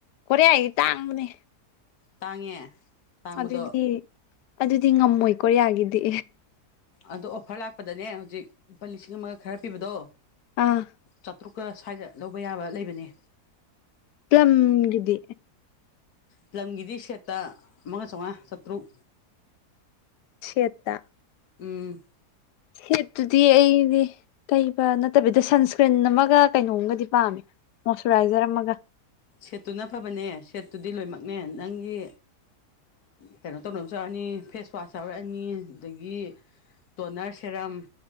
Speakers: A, on the left; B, on the left.
A: ꯀꯔꯦꯌꯥꯒꯤ ꯇꯥꯡꯕꯅꯦ
B: ꯇꯥꯡꯉꯦ ꯇꯥꯡꯕꯗꯣ
A: ꯑꯗꯨꯗꯤ ꯑꯗꯨꯗꯤ ꯉꯝꯃꯣꯏ ꯀꯣꯔꯤꯌꯥꯒꯤꯗꯤ
B: ꯑꯗꯣ ꯑꯣꯐꯔ ꯂꯥꯛꯄꯗꯅꯦ ꯍꯧꯖꯤꯛ ꯂꯨꯄꯥ ꯂꯤꯁꯤꯡ ꯑꯃꯒ ꯈꯔ ꯄꯤꯕꯗꯣ
A: ꯑꯥ
B: ꯆꯥꯇ꯭ꯔꯨꯛꯀꯥ ꯁ꯭ꯋꯥꯏꯗ ꯂꯧꯕ ꯌꯥꯕ ꯂꯩꯕꯅꯦ
A: ꯄ꯭ꯂꯝꯒꯤꯗꯤ
B: ꯄꯂꯝꯒꯤꯗꯤ ꯁꯦꯠꯇ ꯑꯃꯒ ꯆꯥꯃꯉꯥ ꯆꯥꯇ꯭ꯔꯨꯛ
A: ꯁꯦꯠꯇꯥ
B: ꯎꯝ
A: ꯁꯦꯠꯇꯨꯗꯤ ꯑꯩꯗꯤ ꯀꯩꯕ ꯅꯠꯇꯕꯤꯗ ꯁꯟꯁꯀ꯭ꯔꯤꯟ ꯑꯃꯒ ꯀꯩꯅꯣꯝꯒꯗꯤ ꯄꯥꯝꯃꯦ ꯃꯣꯏꯁꯨꯔꯥꯏꯖꯔꯑꯃꯒꯥ
B: ꯁꯦꯠꯇꯨꯅ ꯐꯕꯅꯦ ꯁꯦꯠꯇꯨꯗꯤ ꯂꯣꯏꯅꯃꯛꯅꯦ ꯅꯪꯒꯤ ꯀꯩꯅꯣ ꯇꯧꯅꯕꯁꯨ ꯌꯥꯎꯔꯛꯑꯅꯤ ꯐꯦꯁ ꯋꯥꯁ ꯌꯥꯎꯔꯛꯑꯅꯤ ꯑꯗꯒꯤ ꯇꯣꯅꯔ ꯁꯦꯔꯝ